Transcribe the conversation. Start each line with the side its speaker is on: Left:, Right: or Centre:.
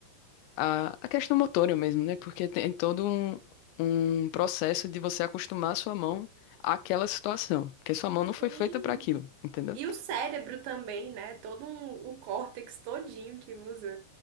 Left: a, a questão motora mesmo, né? Porque tem todo um, um processo de você acostumar a sua mão àquela situação, porque sua mão não foi
Right: Sim.
Left: feita para aquilo, entendeu?
Right: E o cérebro também, né? Todo um, um córtex todinho que usa.